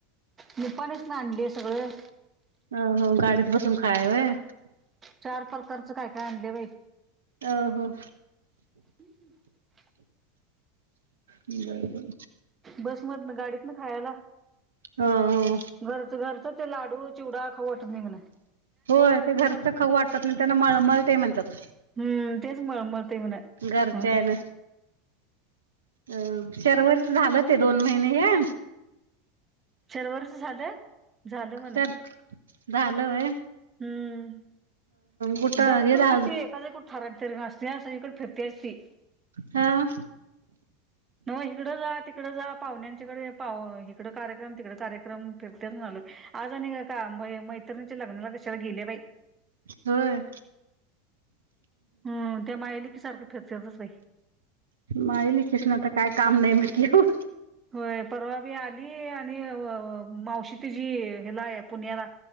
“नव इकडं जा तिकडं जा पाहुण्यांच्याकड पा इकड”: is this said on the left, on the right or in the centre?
Right